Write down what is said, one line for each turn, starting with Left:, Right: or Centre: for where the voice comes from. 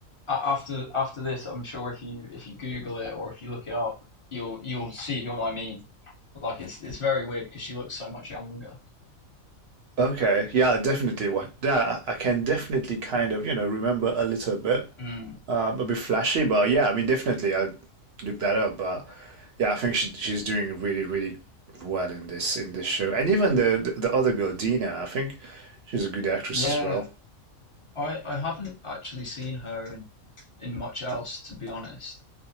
Left: a- after after this, I'm sure if you if you Google it or if you look it up, you'll you'll see who I mean. Like it's it's very weird because she looks so much younger.
Right: Okay. Yeah, definitely what. Yeah, I I can definitely kind of, you know, remember a little bit.
Left: Mm.
Right: Um, a bit flashy, but yeah, I mean definitely I'll look that up, but yeah, I think she she's doing really really well in this in this show. And even the the, the other girl, Dina, I think she's a good actress
Left: Yeah,
Right: as well.
Left: I I haven't actually seen her in in much else to be honest,